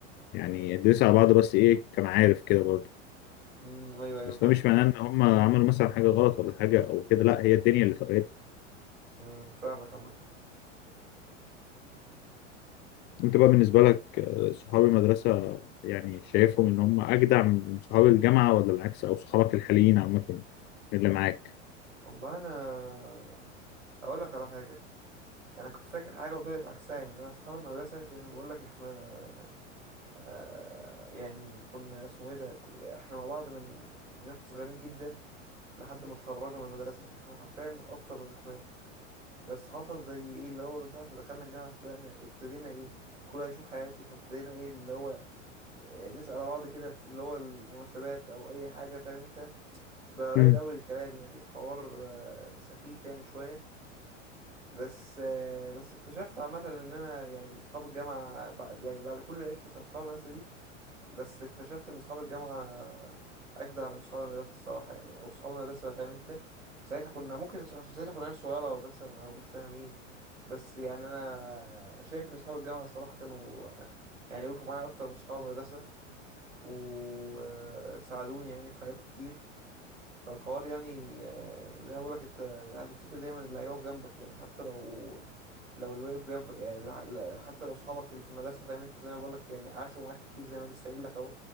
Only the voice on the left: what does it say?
يعني ادرس على بعض بس ايه كان عارف كده برضو
بس
ده مش معناه ان هم عملوا مثلا حاجه غلط ولا حاجه او كده لا هي الدنيا اللي فرقت
انت بقى بالنسبه لك آه، صحاب المدرسه يعني شايفهم ان هم اجدع من صحاب الجامعه ولا العكس او صحابك الحاليين عامه اللي معاك
مم.